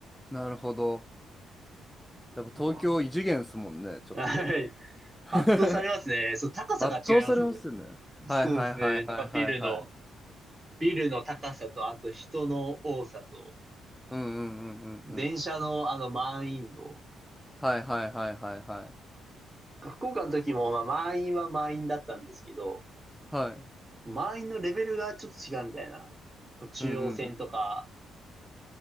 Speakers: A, in the centre; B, on the right (about 15°).
A: なるほど。やっぱ東京異次元っすもんね、
B: ま
A: ちょっと。
B: あ <laughs> はい。
A: <laughs>
B: 圧倒されますね。そう、高さが違いますもんね。
A: 圧倒されますよね。はいはいはいはいはいはい。
B: そうですね。なんかビルの、ビルの高さと、あと人の多さと、
A: うんうんうんうんうん。
B: 電車のあの満員の、
A: はいはいはいはいはい。
B: 福岡の時もまあ満員は満員だったんですけど、
A: はい。
B: 満員のレベルがちょっと違うみたいな。こう中央線とか、
A: うんうんうん。